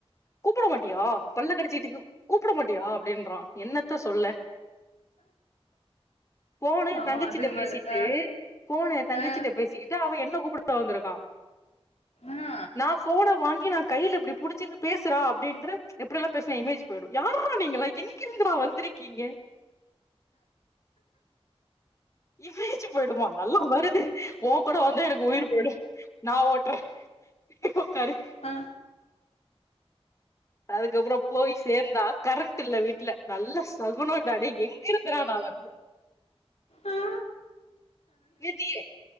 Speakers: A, on the left (about 30°); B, on the left (about 85°).
A: கூப்பட மாட்டியா பல்ல கடுச்சிடுக்கு கூப்பட மாட்டியா அப்டின்றா என்னத்த சொல்ல ஃபோனு என்
B: ஆ
A: தங்கச்சிட்ட
B: அதுக்கு மேல
A: பேசிட்டு
B: ஆ
A: ஃபோனு எ தங்கச்சிட்ட
B: ஆ
A: பேசிகிட் டு அவன் என்ன கூப்ட வந்திருக்கா
B: ஆ
A: நா ஃபோன வாங்கி நா கையில இப்டி புடிச்சட்டு பேசுறா அப்டின்றே எப்டியெல்லா பேசுனா என் இமேஜ் போய்டு யாரா நீங்களா எங்கிருந்துடா வந்திருக்கீங்க இமேஜ் போயிடுமா நல்லா வருது உன் கூட வந்தா எனக்கு உயிர் போயிடு நா ஓட்றே உக்காரு
B: ஆ
A: அதுக்கப்புறோ போய் சேந்தா கரண்ட் இல்ல வீட்ல நல்ல சகுனண்டா டே எங்க இருந்துடா நா வந்தே
B: ஆ
A: யேத்திய